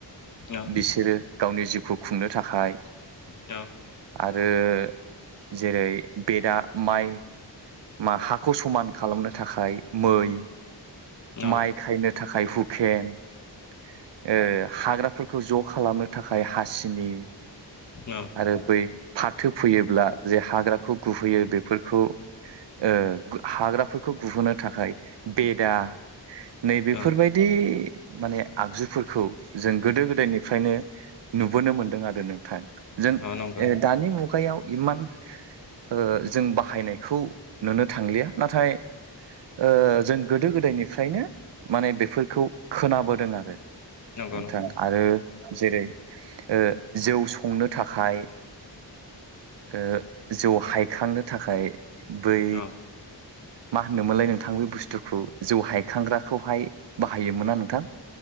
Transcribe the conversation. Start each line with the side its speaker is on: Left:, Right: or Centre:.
Left: अ अ
Right: बिसोरो गावनि जिउखौ खुंनो थाखाय
Left: औ
Right: जे जेरै बेदआ माइ मा हाखौ समान खालामनो थाखाय मै
Left: अ
Right: माइ खायनो थाखाय हुकेन ओ हाग्रा फोरखौ ज' खालामनो थाखाय हासिनि
Left: अ
Right: आरो बै फाथो फोयोब्ला जे हाग्राखौ गुहैयो बेफोरखौ ओ हाग्राफोरखौ गुहोनो थाखाय बेदा नैबेफोरबायदि
Left: अ
Right: ओ माने आगजुफोरखौ जों गोदो गोदायनिफ्रायनो नुबोनो मोनदों आरो नों नोंथां जों
Left: अ नंगौ
Right: ओ दानि मुगायाव इमान ओ जों बाहायनायखौ नुनो थांलिया नाथाय ओ जों गोदो गोदायनिफ्रायनो माने बेफोरखौ खोनाबोदों आरो
Left: नंगौ
Right: नोंथां
Left: नंगौ
Right: आरो जेरै ओ जौ संनो थाखाय ओ जौ हायखांनो थाखाय बै
Left: नंगौ अ
Right: मा होनोमोनलाय नोंथां बे बुस्थुखौ जौ हायखांग्राखौहाय बाहायोमोनना नोंथां